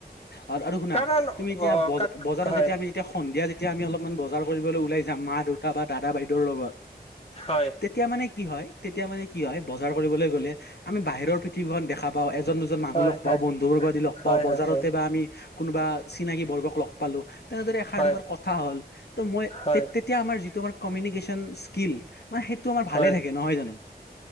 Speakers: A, on the left; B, on the left.
A: অ আৰু শুনা
B: কাৰণ
A: তুমি এতিয়া
B: অ
A: ব-বজাৰত
B: কাক হয়
A: যেতিয়া আমি যেতিয়া সন্ধিয়া যেতিয়া আমি অলপমান বজাৰ কৰিবলৈ ওলাই মা-দেউতা বা দাদা-বাইদেউৰ লগত
B: হয়
A: তেতিয়া মানে কি হয় তেতিয়া মানে কি হয় বজাৰ কৰিবলৈ গ'লে আমি বাহিৰৰ পৃথিৱীখন দেখা পাও, এজন দুজন মানুহ
B: হয়
A: লগ
B: হয়
A: পাও, বন্ধু বৰ্গ আদি লগ পাও,
B: হয়
A: বজাৰতে
B: হয় হয়
A: বা আমি <unintelligible> কোনোবা চিনাকী বৰ্গক লগ পালো তেনেদৰে এষাৰ
B: হয়
A: দুষাৰ কথা হ'ল ত মই
B: হয়
A: তেতিয়া আমাৰ যিটো আমাৰ কমিউনিকেচন স্কিল মানে সেইটো আমাৰ ভালে
B: হয়
A: থাকে নহয় জানো